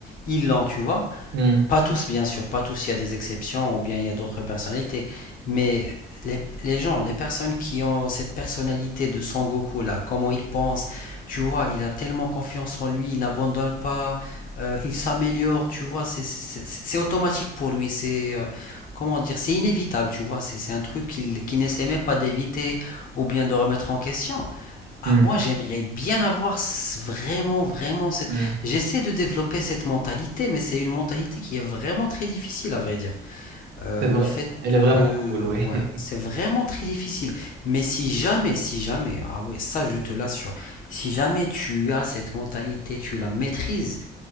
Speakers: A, on the left; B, on the right.
A: ils l'ont, tu vois.
B: Hmm,
A: Pas tous, bien sûr, pas tous, il y a des exceptions ou bien il y a d'autres personnalités. Mais les, les gens, les personnes qui ont cette personnalité de Son Goku là, comment il pense, tu vois, il a tellement confiance en lui, il n'abandonne pas, euh, il s'améliore, tu vois, c'est c'est- c'est- c'est automatique pour lui, c'est euh, comment dire, c'est inévitable, tu vois, c'est c'est un truc qu'il qu'il n'essaie même pas d'éviter ou bien de remettre en question.
B: hmm,
A: Ah, moi, j'aimerais bien avoir s- vraiment, vraiment cette...
B: hmm.
A: J'essaie de développer cette mentalité, mais c'est une mentalité qui est vraiment très difficile, à vrai dire. Euh,
B: C'est vrai.
A: le fait
B: Elle
A: de...
B: est vraiment cool, oui.
A: Ouais,
B: <laughs>
A: c'est vraiment très difficile. Mais si jamais, si jamais, ah ouais, ça, je te l'assure, si jamais tu as cette mentalité, tu la maîtrises,